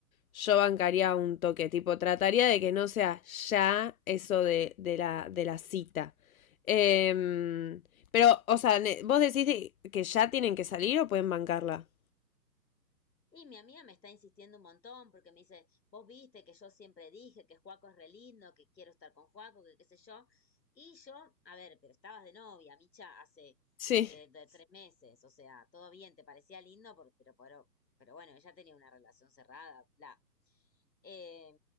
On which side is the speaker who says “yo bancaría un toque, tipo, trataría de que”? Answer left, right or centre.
Left